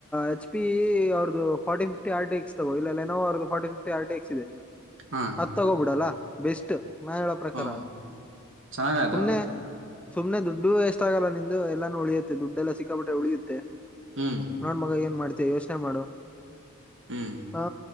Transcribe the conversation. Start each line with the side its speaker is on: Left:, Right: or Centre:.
Centre: ಎಚ್ ಪಿ ಅವ್ರ ಫಾರ್ಟಿ ಫಿರ್ಟಕ್ಸ್ ತಗೋ ಇಲ್ಲ ಲೆನೋ ಅವ್ರ ಫಾರ್ಟಿ ಫಿರ್ ಟೆಸ್. ಸಿೇನ್.
Right: ಹಾಂ
Centre: ಹತ್ ತಗೋಬಿಡಲ್ಲ ಬೆಸ್ಟ್ ನಾ ಎ ಪ್ರಕಾರ
Right: ಹ್ಞೂ ಚೆನ್ನಾಗ ಅದು
Centre: ಸುಮನೆ ಸುಮ್ನೆ ದುಡ್ಡುೂ ಎಷ್ಟ ಆಗಲ್ಲ ನಿಂದುು ಎಲ್ಲಾನು ಉಳಿಯುತ್ತೆ ದುಡ್ಡೆಲ್ಲ ಸಿಕ್ಕಾಪಟ್ಟೆ ಉಳಿಯುತ್ತೆ
Right: ಹ್ಞೂ
Centre: ನೋಡ್ ಮಗ ಏನ್ ಮಾಡ್ತಿ ಯೋಚನೆ ಮಾಡೋ
Right: ಹ್ಞೂ
Centre: ಹಾ